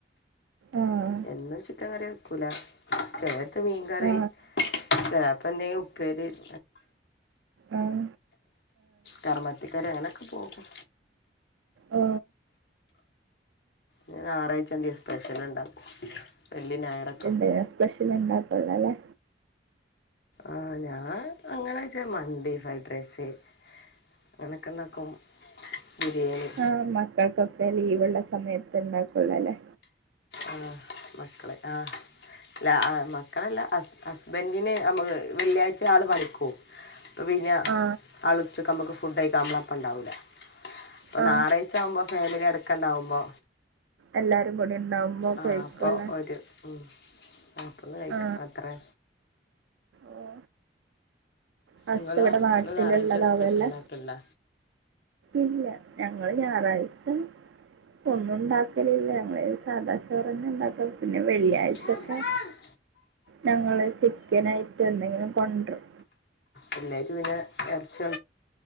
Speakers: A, on the right (about 80°); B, on the left (about 60°).
A: ആഹ്
B: എന്നും ചിക്കൻ കറി വെക്കൂല. ചിലേര്ത്ത് മീൻകറി
A: ആ
B: ചേലേപ്പെന്തെലു പ്പേരി <inaudible>
A: ഉം
B: കർമത്തികാര് അങ്ങനെക്കെ പോവും
A: ഓ
B: ഇഞ് ഞായറാഴ്ചന്തേം സ്പെഷ്യല്ണ്ടാക്കും വെള്ളി, ഞായറൊ
A: എന്തേം സ്പെഷ്യല്ണ്ടാക്കൊല്ലൊല്ലേ.
B: ആഹ് ഞാ അങ്ങനെച്ച മന്തി, ഫഡ്രസ്സ് അങ്ങനെക്കെണ്ടാക്കും ബിരിയാണി
A: ആഹ് മക്കൾക്കൊക്കെ ലീവ്ള്ള സമയത്ത്ണ്ടാക്കൊല്ലോല്ലേ.
B: ആഹ് മക്കളെ ആഹ് ല്ല ആഹ് മക്കളല്ല ഹസ് ഹസ്ബൻറിന് അമ്മക്ക് വെള്ളിയാഴ്ച ആള് പണിക്കോവും അപ്പ പിന്നെ
A: ആ
B: ആള് ഉച്ചക്കമ്മക്ക് ഫുഡഴിക്കാം അമ്മളപ്പണ്ടാവൂല്ല. അപ്പ
A: ആ
B: ഞായറഴ്ച്ചാവുമ്പോ ഫാമില്യടക്കണ്ടാവുമ്പോ
A: എല്ലാരും കൂടി ഉണ്ടാവുമ്പോ
B: ആഹ്
A: കഴിക്കുമല്ലേ
B: അപ്പോ ഒരു ഉം ഉം ഒപ്പൊന്ന് കഴിക്ക
A: ആ
B: അത്രേ
A: ഓ ഹസ്സ്
B: ഇങ്ങളോ
A: ഇവിടെ നാട്ടിലുള്ളതാവല്ലേ
B: ഇങ്ങള് ഞായറാഴ്ച സ്പെഷ്യല്ണ്ടാക്കല്ണ്ട?
A: ഇല്ല ഞങ്ങള് ഞായറാഴ്ച ഒന്നുണ്ടാക്കലില്ല ഞങ്ങള് സാധാ ചോറെന്നെണ്ടാക്കല് പിന്നെ വെള്ളിയാഴ്ചൊക്കെ
B: വെള്ളിയാഴ്ച
A: ഞങ്ങൾ ചിക്കനായിട്ട് എന്തെങ്കിലും കൊണ്ട്രും.
B: വെള്ളിയാഴ്ച്ച പിന്നെ എർച്ചി